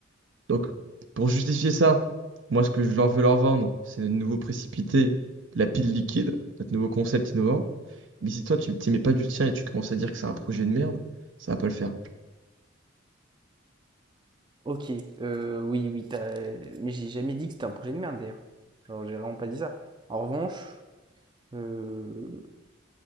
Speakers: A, on the right (about 70°); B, on the right (about 25°).
A: Donc, pour justifier ça, moi, ce que je leur veux leur vendre, c'est de nouveau précipiter la pile liquide, notre nouveau concept innovant. Mais si toi, tu t'y mets pas du tien et tu commences à dire que c'est un projet de merde, ça va pas le faire.
B: Ok, euh, oui, oui, t'as... mais j'ai jamais dit que c'était un projet de merde d'ailleurs. Genre, j'ai vraiment pas dit ça. En revanche, euh,